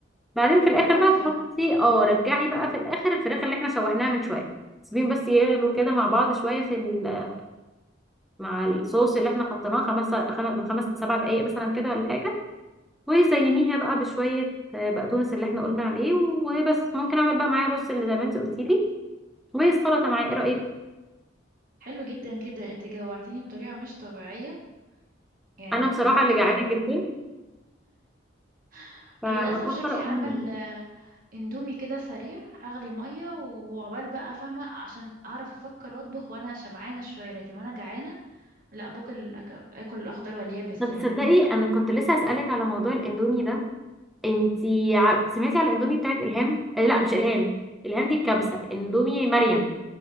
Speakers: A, in the centre; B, on the right (about 45°).
A: بعدين في الاخر
B: تحفة
A: بقى تحطي اه رجعي بقى في الاخر الفراخ اللي احنا شوحناها من شوية سيبيهم بس يغلوا كده مع بعض شوية في ال- مع الصوص اللي احنا حطيناه خمس خم- من خمس لسبع دقايق مثلا كده ولا حاجة وزينيها بقى بشوية آه، بقدونس اللي احنا قلنا عليه وبس ممكن اعمل بقى معايا رز اللي زي ما انت قلتي لي والسلطة معايا ايه رأيك
B: حلو جدا جدا انت جوعتيني بطريقة مش طبيعية يعني
A: انا بصراحه
B: بفكر
A: اللي جعانه جدا
B: <laughs>
A: فبفكر
B: للأسف شكلي
A: اقوم
B: هعمل
A: أجيب.
B: آه، اندومي كده سريع هغلي مية وعقبال بقى فاهمة عشان أعرف أفكر وأطبخ وأنا شبعانة شوية لكن وأنا جعانة لا باكل آكل الأخضر واليابس
A: طب
B: يعني
A: تصدقي انا كنت لسه اسالك على موضوع الاندومي ده انتي ع- سمعتي على الاندومي بتاعت الهام آه لا مش الهام الهام دي الكبسه اندومي مريم